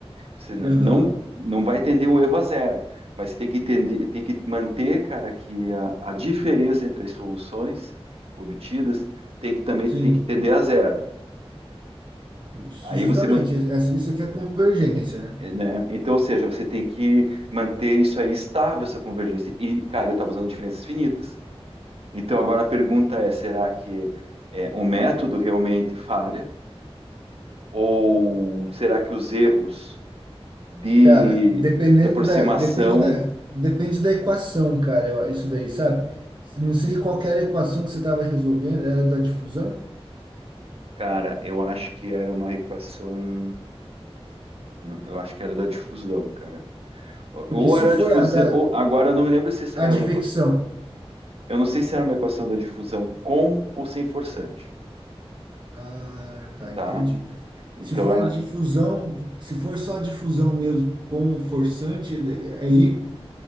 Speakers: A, on the right; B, on the right.
A: você não,
B: Aham,
A: não, não vai tender o erro a zero, mas tem que tender, tem que manter, cara, que a, a diferença entre as soluções obtidas tem que também
B: sim,
A: tem que tender a zero.
B: justamente,
A: Aí você man-
B: essa- isso aqui é a convergência, né?
A: É, Né? Então, ou seja, você tem que manter isso aí estável, essa convergência. E, cara, eu estava usando diferenças finitas. Então, agora a pergunta é: será que é, o método realmente falha? Ou será que os erros de,
B: Cara, dependendo
A: de aproximação,
B: da, depende da, depende da equação, cara, eu- isso daí, sabe? Não sei qual que era a equação que você estava resolvendo, era da difusão?
A: cara, eu acho que era uma equação, eu acho que era da difusão, cara. Ou
B: Porque se
A: ou era
B: for
A: a difusão,
B: a da
A: ou agora eu não me lembro se essa
B: advecção,
A: era uma equação, eu não sei se era uma equação da difusão com ou sem forçante,
B: ah, tá,
A: tá?
B: entendi.
A: Então,
B: Se for
A: ela,
B: difusão, se for só difusão mesmo com o forçante, né, aí